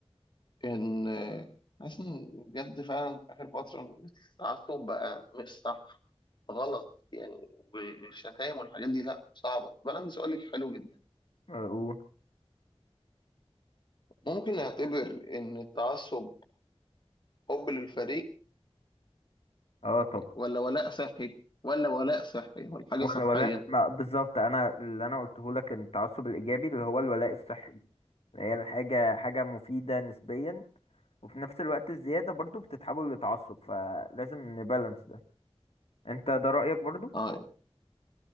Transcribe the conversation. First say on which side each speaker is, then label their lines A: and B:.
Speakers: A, on the left (about 45°); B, on the left (about 70°).
A: إن آه، حاسس إن بجد فعلا آخر فترة التعصب بقى مش صح غلط يعني والشتايم والحاجات دي لأ صعبة بقى عندي سؤال لك حلو جدا
B: اه قول.
A: ممكن نعتبر إن التعصب حب للفريق
B: آه طبعا
A: ولا ولاء صحي ولا ولاء صحي ولا حاجة
B: ولا
A: صحية
B: ولا ما بالظبط انا اللي انا قلته لك التعصب الايجابي اللي هو الولاء الصحي هي الحاجة حاجة مفيدة نسبيا وفي نفس الوقت الزيادة برضو بتتحول لتعصب فلازم نبالانس ده انت ده رأيك برضو؟
A: اه يعني